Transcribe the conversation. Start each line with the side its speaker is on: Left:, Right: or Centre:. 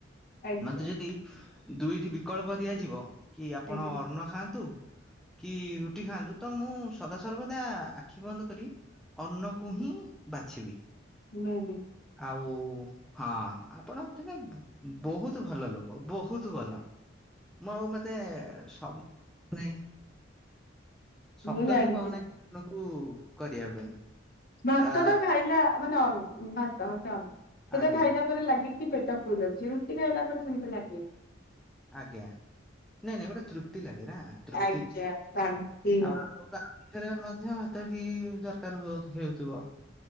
Left: ଆଜ୍ଞା
Centre: ମତେ ଯଦି ଦୁଇଟି ବିକଳ୍ପ ଦିଆଯିବ କି ଆପଣ
Left: ଆଜ୍ଞା
Centre: ଅନ୍ନ ଖାଆନ୍ତୁ କି ରୁଟି ଖାଆନ୍ତୁ ତ ମୁଁ ସଦାସର୍ବଦା ଆଖି ବନ୍ଦ କରି ଅନ୍ନକୁ ହିଁ ବାଛିବି।
Left: ମୁଁ ବି।
Centre: ଆଉ ହଁ ଆପଣ ତମେ ବହୁତ ଭଲ ଲୋକ ବହୁତ ଭଲ। <unintelligible> ଶବ୍ଦ
Left: ମୁଁ ଜାଣିଛି।
Centre: ବି ପାଉନାହିଁ ଆଣଙ୍କୁ କରିବା ପାଇଁ।
Left: ଭାତ
Centre: ଆ
Left: ଟା ଖାଇଲା ମାନେ ଅ ଭାତ <unintelligible> ସେଇଟା
Centre: ଆଜ୍ଞା
Left: ଖାଇଲା ପରେ ଲାଗେ କି କି ପେଟ ଫୁଲ ଅଛି। ରୁଟି ଖାଇଲା ପରେ ସେମିତି ଲାଗେନି।
Centre: ଆଜ୍ଞା। ନାଇଁ ନାଇଁ ଗୋଟେ ତୃପ୍ତି ଲାଗେ ନା। ତୃପ୍ତି।
Left: ଆଜ୍ଞା ଶାନ୍ତି ମିଳେ
Centre: ଆଉ ଆପଣଙ୍କୁ ରେ ମଧ୍ୟ ଭାତଟି ଦରକାର ହୁ ହେଉଥିବ।